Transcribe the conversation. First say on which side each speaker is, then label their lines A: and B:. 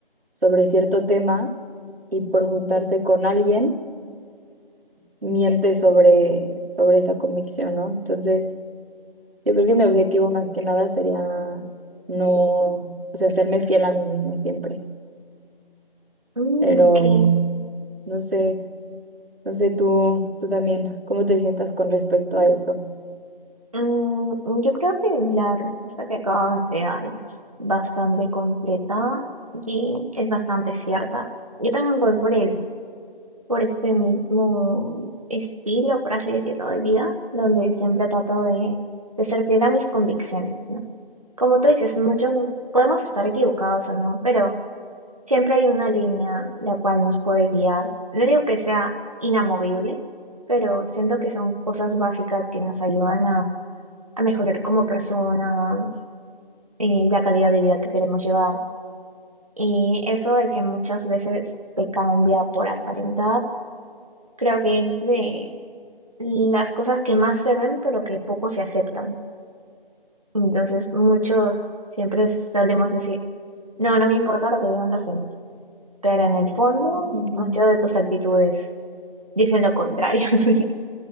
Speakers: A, on the right (about 75°); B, on the right (about 35°).
A: sobre cierto tema y por juntarse con alguien, miente sobre, sobre esa convicción, ¿no? Entonces, yo creo que mi objetivo más que nada sería no, o sea, serme fiel a mí misma siempre,
B: Mm,
A: pero
B: ok.
A: no sé. No sé, tú, tú también, ¿cómo te sientas con respecto a eso?
B: Mm, yo creo que la respuesta que acabas de dar es bastante completa y es bastante cierta. Yo también voy por el, por este mismo estilo, por así decirlo, de vida, donde siempre trato de, de ser fiel a mis convicciones, ¿no? Como tú dices, muchos podemos estar equivocados o no, pero Siempre hay una línea la cual nos puede guiar. No digo que sea inamovible, pero siento que son cosas básicas que nos ayudan a, a mejorar como personas, eh, la calidad de vida que queremos llevar. Y eso de que muchas veces se cambia por aparentar, creo que es de las cosas que más se ven, pero que poco se aceptan. Entonces, muchos siempre solemos decir, no, no me importa lo que digan los demás, pero en el fondo,
A: Ujú.
B: muchas de tus actitudes dicen lo contrario. <laughs>